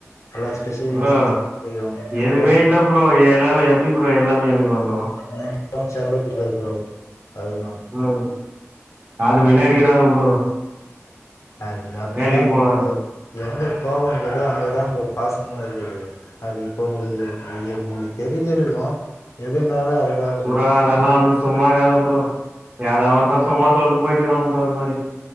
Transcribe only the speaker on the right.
என்னா
எதுமே
இல்ல ப்ரோ எல்லாம எப்படி ப்ரோ எல்லாமே எனக்கு வந்துரு
ம் காது மேலே அடிக்கிறாங்க ப்ரோ
வேலைக்கு போலான்னு
அ நல்லா வந்து சும்மாக்கத பரோ யாராவ் ஒருத்த சும்மா சொல்லிட்டு போயிட்டுக்குறான் ப்ரோ அது மாரி